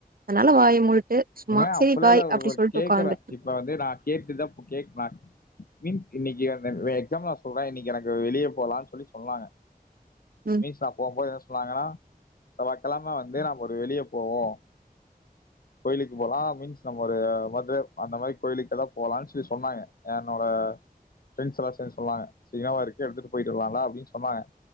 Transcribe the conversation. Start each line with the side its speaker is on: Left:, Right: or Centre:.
Right: அதனால வாய மு ஏ சும்மா
Left: ஏங்க
Right: சரி
Left: அப்பல்லா
Right: பாய்
Left: இல்ல
Right: அப்டி
Left: ஒரு
Right: சொல்ட்டு
Left: கேக்குறே
Right: உட்காந்து
Left: இப்ப வந்து நான் கேட்டுத கேக்மா மீன்ஸ் இன்னைக்கு அந்த எக்ஸாமவர்ஸ் கூட இன்னைக்கு எனக்கு வெளிய போலான் சொல்லி சொன்னாங்க
Right: ம்
Left: மீ சாப் <unintelligible> சொன்னாங்கன்னா சவ்வாகெலம வந்து நம்ம ஒரு வெளியே போவோம் கோயிலுக்கு போலாம் மீன்ஸ் நம்ம ஒரு மதுரை அந்த மாரி கோயிலுக்கு எதான் போகலாம்னு சொல்லி சொன்னாங்க என்னோட பிரெண்ட்ஸ் எல்லாம் சேர்ந்து சொன்னாங்க <unintelligible> எடுத்துட்டு போயட்டுலா அப்படின்னு சொன்னாங்க